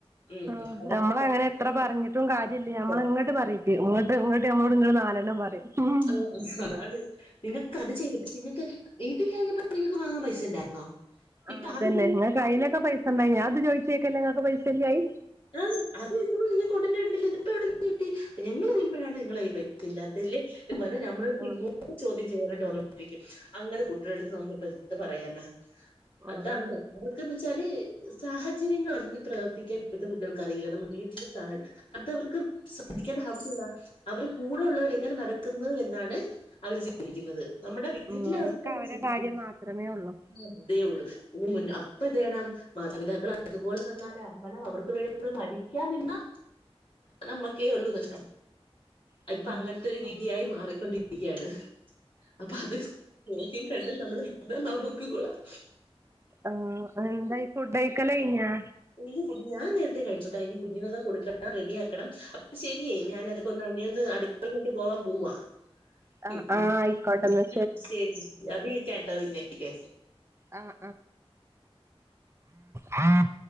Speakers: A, on the left; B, on the right.
A: ഉം,
B: ആഹ്
A: അതൊക്കെ
B: നമ്മളെ അങ്ങനെ എത്ര പറഞ്ഞിട്ടും കാര്യല്ല
A: പറ്റാ.
B: ഞമ്മള ഇങ്ങോട്ട് പറയും ഇങ്ങട്ട് ഇങ്ങട്ട് ഞമ്മളോട് ഇങ്ങള് നാലെണ്ണം പറയും ഉം
A: ആഹ് അതാണ് നിനക്ക് അത് ചെ നിങ്ങക്ക് ഇതില്ലാഞ്ഞിട്ട് നിങ്ങക്ക് വാങ്ങാൻ പൈസ ഉണ്ടായിരുന്നോ
B: ആഹ്
A: ഇപ്പൊ
B: അതെന്നെ
A: അത്
B: അയിനൊക്കെ പൈസണ്ടായി ഞാൻ അത് ചോയിച്ചേക്കല്ലേ നിങ്ങൾക്ക് പൈസ ഇല്ലായി
A: അത്ടനെ <unintelligible> ഇത് പ്പൊ എവട്ന്ന് കിട്ടി ഇപ്പഴാണ് നിങ്ങള ഈ പൈസ ഇല്ലാത്തല്ലേ പറഞ്ഞ നമ്മളടുത്ത്
B: ആ
A: ഇങ്ങോട്ട ചോദ്യം ചെയ്യാനായിട്ട് വന്നോണ്ടിരിക്കും അങ്ങത്തെ കുട്ടിയാളട്ത്ത് നമ്മളിപ്പൊ എന്ത് പറയാനാ അതാണ്
B: അതന്നെ
A: അവർക്കന്ത് വെച്ചാല് സാഹചര്യങ്ങളറിഞ്ഞ് പ്രവർത്തിക്കാ ഇപ്പത്തെ കുട്ടിയാൾക്ക് അറിയില്ല നമ്മുടെ വീട്ട്‌ലെ സാഹച അത് അവർക്ക് ശ്രദ്ധിക്കേണ്ട ആവശ്യല്ലാ അവരെ കൂടെ ഉള്ളവർ എങ്ങനെ നടക്കുന്നു എന്നാണ് അവര് ചിന്തിക്കുന്നത് നമ്മുടെ വീട്ടിലെ
B: ഉം അവർക്ക്
A: അവസ്ഥയെ
B: അവരെ
A: സൃഷ്ടിക്കും
B: കാര്യം മാത്രമേ ഉള്ളൂ
A: അതേ ഉള്ളു ഇനി അപ്പൊ ന്തേയണം മാതാപിതാക്കൾ അതുപോലെ തന്നാലാ മ്മളെ അവർക്ക് വേണ്ടി മരിക്കാൻ നിന്നി നമ്മക്കേ ഉള്ളൂ നഷ്ടം
B: ആണ്
A: ഇപ്പൊ അങ്ങൻത്തെ ഒരു രീതിയായി മാറിക്കൊണ്ടിരിക്കയാണ് അപ്പൊ അത് നോക്കിം കണ്ടും നമ്മള് നിന്ന നമുക്ക് കൊളാം
B: ആഹ് എന്തായ് ഫുഡഴ്ക്കല് കഴ്ഞ്ഞോ
A: ഇനി ഫുഡ് ഞാൻ നേരത്തെ കഴിച്ചുട്ടോ ഇനി കുഞ്ഞ്ങ്ങൾക്ക് കൊടുക്കണം റെഡിയാക്കണം അപ്പൊ ശരിയേ ഞാന അത ഒന്ന് അങ്ങനെ അട്ക്കളയിലോട്ട് പോവാൻ പോവാ ഉം
B: ആഹ് ആഹ് ആയിക്കോട്ടെ
A: ഉം
B: എന്നാ
A: ശരി ഞാൻ വിളിക്കാട്ടോ പിന്നെക്ക്
B: ആഹ് ആഹ്